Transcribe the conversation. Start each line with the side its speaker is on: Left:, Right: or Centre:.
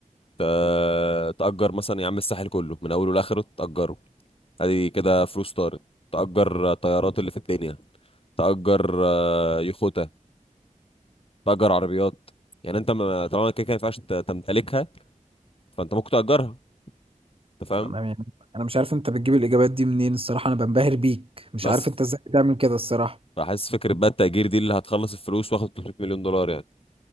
Left: ت- تاجر مثلا يا عم الساحل كله من اوله لاخره تاجره ادي كده فلوس طارت تاجر طيارات اللي في الدنيا تاجر آه، يخوتة تاجر عربيات يعني انت ما- طالما كده كده ما ينفعش ت- تمتلكها فانت ممكن تأجرها انت فاهم
Right: انا يعني انا مش عارف انت بتجيب الاجابات دي منين الصراحة انا بنبهر بيك مش
Left: بس
Right: عارف انت ازاي بتعمل كده الصراحة
Left: فحاسس فكرة بقى التأجير دي اللي هتخلص الفلوس واخد 300 مليون دولار يعني